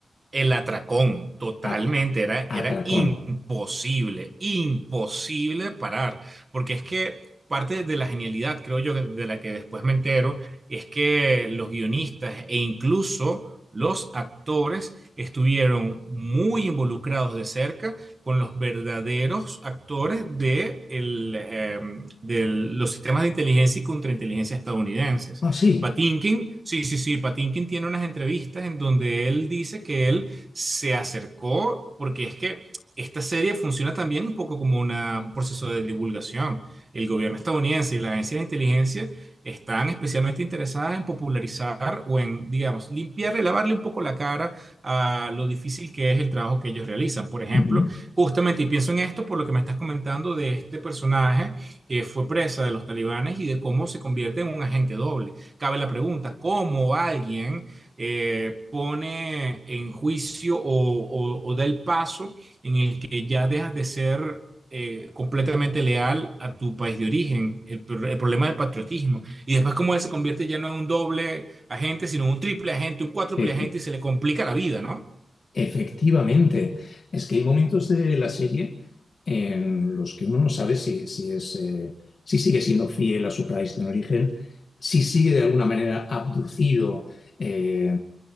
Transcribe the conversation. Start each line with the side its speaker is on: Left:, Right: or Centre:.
Right: El atracón, totalmente,
Left: Atra-
Right: era,
Left: atracón.
Right: era imposible, imposible parar, porque es que parte de la genialidad, creo yo, de la que después me entero, es que los guionistas e incluso los actores estuvieron muy involucrados de cerca con los verdaderos actores de, el, eh, de los sistemas de inteligencia y contrainteligencia estadounidenses.
Left: Ah, sí.
Right: Patinkin, sí, sí, sí, Patinkin tiene unas entrevistas en donde él dice que él se acercó, porque es que esta serie funciona también un poco como una- un proceso de divulgación. El gobierno estadounidense y la agencia de inteligencia están especialmente interesadas en popularizar o en, digamos, limpiarle, lavarle un poco la cara a lo difícil que es el trabajo que ellos realizan. Por ejemplo,
Left: Ujú.
Right: justamente, y pienso en esto por lo que me estás comentando de este personaje que fue presa de los talibanes y de cómo se convierte en un agente doble cabe la pregunta, ¿cómo alguien eh, pone en juicio o, o- o da el paso en el que ya dejas de ser eh, completamente leal a tu país de origen? El, pro- el problema del patriotismo. Y después cómo él se convierte ya no en un doble agente, sino en un triple agente, un cuádruple
Left: Efe-
Right: agente y se le complica la vida, ¿no?
Left: Efectivamente, es que hay momentos de la serie en los que uno no sabe si, si es, eh, si sigue siendo fiel a su país de origen, si sigue de alguna manera abducido eh,